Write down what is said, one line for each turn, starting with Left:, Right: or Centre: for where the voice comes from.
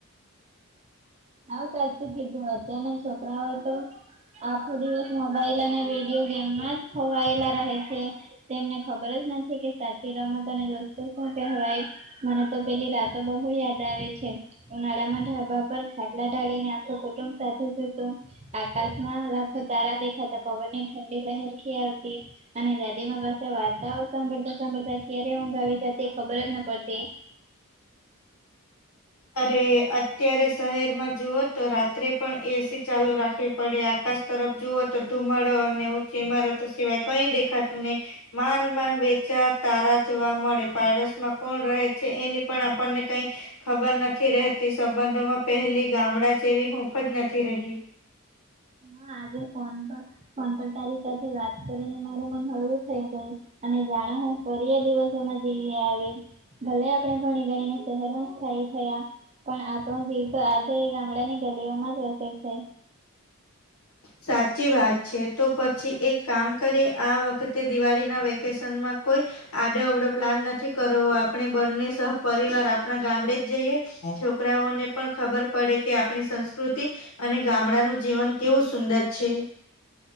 Right: આવ સાચું કીધું અત્યારના છોકરાઓ તો આખો દિવસ મોબાઈલ અને વિડીયો ગેમમાં જ ખોવાયેલા રહે છે. તેમને ખબર જ નથી કે સાચી રમત અને દોસ્તો શું કહેવાય મને તો પેલી રાતો બહુ યાદ આવે છે ઉનાળામાં ઢાબા પર ખાટલા ઢાળીને આખો કુટુંબ સાથે સૂતું આકાશમાં લાખો તારા દેખાતા પવન ની ઠંડી લહેર ખી આવતી. અને દાદી માં પાસે વાર્તાઓ સાંભળતા સાંભળતા ક્યારે હુંઘ આવી જાતી ખબર જ ન પડતી.
Left: અરે અત્યારે શહેરમાં જુઓ તો રાત્રે પણ એસી ચાલુ રાખવી પડે આકાશ તરફ જુઓ તો ધુમડો અને ઊંચી ઈમારતો સિવાય કઈ દેખાતું નહી માન માન બેચાર તારા જોવા મળે પાડોશમાં કોણ રહે છે, એની પણ આપણને કઈ ખબર નથી રહેતી સંબંધોમાં પહેલી ગામડા જેવી હુંફ જ નથી રહી
Right: હા આજે ફોન પર ફોન પણ તારી સાથે વાત કરીને મારું મન હળવું થઈ ગયુ અને જાણે હુ ફરીયા દિવસોમાં જેવી આવી ભલે આપણે ભણી ગણીને શહેરમાં સ્થાયી થયાં. પણ આપણો જીવતો આજે ગામડાની ગલીઓમાં જ વસે છે.
Left: સાચી વાત છે. તો પછી એક કામ કરીએ આ વખતે દિવાળી ના વે કેશનમાં કોઈ આડે અવડો પ્લાન નથી કરવો આપણે બંને સહ પરિવાર આપણાં ગામડે જ જઈએ. છોકરાઓને પણ ખબર પડે કે આપણી સંસ્કૃતિ અને ગામડાનું જીવન કેવું સુંદર છે.